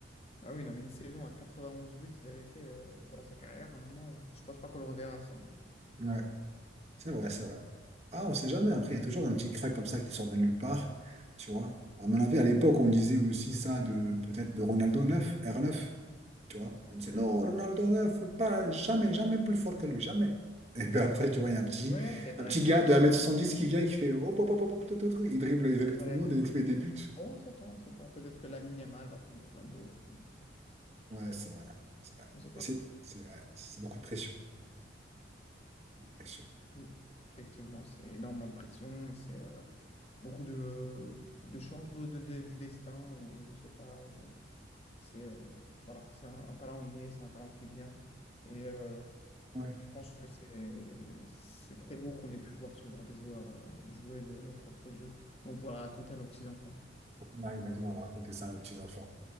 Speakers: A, on the left; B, on the right.
A: Ah oui, non, mais une saison à 91 buts, il avait fait euh, pendant sa carrière, à un moment, euh, je pense pas qu'on le reverra. ça.
B: Ouais, c'est vrai, c'est vrai. Ah, on sait jamais. Après, il y a toujours un petit crack comme ça qui sort de nulle part, tu vois. À mon avis, à l'époque, on me disait aussi ça de peut-être de Ronaldo neuf r neuf tu vois. On disait non, Ronaldo 9 pas jamais, jamais plus fort que lui, jamais. Et puis après, tu vois, il y a un petit,
A: Ouais, c'est vrai,
B: un petit
A: c'est
B: gars
A: vrai,
B: de un mètre
A: mais.
B: soixante dix qui vient et qui fait hop, hop, hop, hop, hop, tout, tout, tout. il dribble, il dribble
A: Vrai
B: tout le monde
A: que-
B: et il met des buts.
A: On ne sait pas, on ne sait pas. Peut-être que Lamine Yamal va prendre le flambeau. On
B: Ouais, c'est vrai, c'est vrai.
A: ne sait pas.
B: Mais c'est c'est vrai, c'est beaucoup de pression. pression.
A: Oui. Effectivement, c'est énormément de pression. C'est euh, beaucoup de, de changements de, de- du destin ou je ne sais pas. Je, c'est euh, voilà, c'est un talent inné, c'est un talent qui vient. Et euh,
B: Ouais.
A: je pense que c'est c'est très beau qu'on ait pu voir ce genre de joueurs euh, jouer de nos propres jeux. On pourra raconter à nos petits-enfants.
B: Voilà, exactement, on va raconter ça aux petits-enfants.